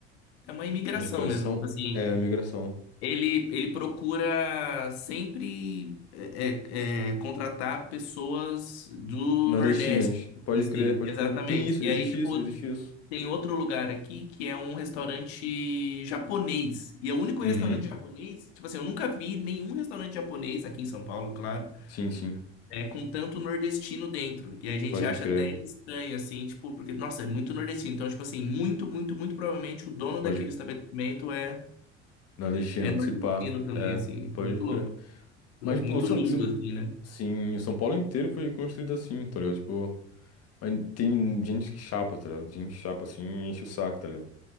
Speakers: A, on the left; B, on the left.
A: é uma imigração
B: expressão
A: mesmo, tipo assim,
B: é migração.
A: Ele, ele procura sempre é, é, é, contratar pessoas do
B: Nordestinas,
A: Nordeste
B: pode
A: em si,
B: crer, pode
A: exatamente.
B: crer. Tem isso,
A: E
B: existe
A: aí, tipo,
B: isso, existe isso.
A: tem outro lugar aqui que é um restaurante japonês. E é o único
B: Uhum,
A: restaurante japonês, tipo assim, eu nunca vi nenhum restaurante japonês aqui em São Paulo, claro,
B: sim, sim,
A: é, com tanto nordestino dentro. E a gente
B: pode
A: acha
B: crer,
A: até estranho, assim, tipo, porque, nossa, é muito nordestino. Então, tipo assim, muito, muito, muito provavelmente o dono
B: pode.
A: daquele estabelecimento é.
B: Nordestino,
A: É nordestino
B: se pá,
A: também,
B: é,
A: assim. Muito
B: pode
A: louco.
B: crer.
A: Muito
B: Mas,
A: louco.
B: pô,
A: Muito
B: São,
A: unido,
B: se-
A: assim, né?
B: sim, o São Paulo inteiro foi construído assim, tá ligado? Tipo, mas tem gente que chapa, tá ligado? Gente que chapa assim e enche o saco, tá ligado?